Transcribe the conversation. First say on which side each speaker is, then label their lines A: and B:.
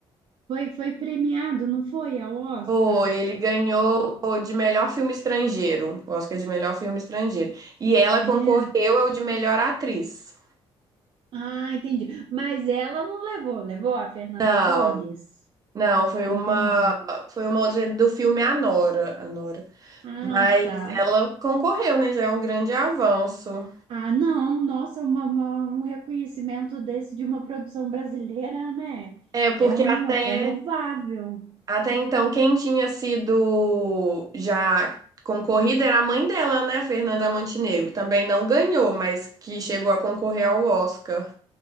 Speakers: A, on the right; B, on the right.
A: foi, foi premiado, não foi ao Oscar?
B: Foi, ele ganhou de melhor filme estrangeiro, o Oscar de melhor filme estrangeiro. E ela concorreu
A: É.
B: ao de melhor atriz.
A: Ah, entendi. Mas ela não levou, levou a Fernanda
B: Não,
A: Torres?
B: não, foi uma,
A: Entendi.
B: foi uma outra do filme Anora, Anora.
A: Ah,
B: Mas
A: tá.
B: ela concorreu, né? Já é um grande avanço.
A: Ah, não, nossa, é uma- uma- um reconhecimento desse de uma produção brasileira, né?
B: É, porque
A: É um,
B: até
A: é louvável.
B: Até então, quem tinha sido já concorrida era a mãe dela, né, Fernanda Montenegro. Também não ganhou, mas que chegou a concorrer ao Oscar.